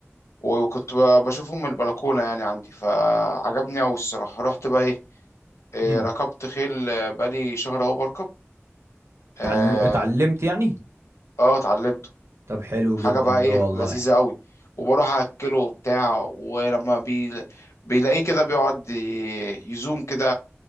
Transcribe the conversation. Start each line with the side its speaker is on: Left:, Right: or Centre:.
Left: وكنت ب- بشوفه من البلكونه يعني عندي فعجبني قوي الصراحه رحت بقى ايه آه،
Right: امم
Left: ركبت خيل آه، بقالي شهر اهو بركب اه
Right: تعل... اتعلمت يعني
Left: آه، اتعلمت
Right: طب حلو
Left: حاجة
Right: جدا
Left: بقى ايه
Right: ده والله
Left: لذيذة قوي وبروح اكله بتاع ولما بي... بيلاقيه كده بيقعد ي- يزوم كده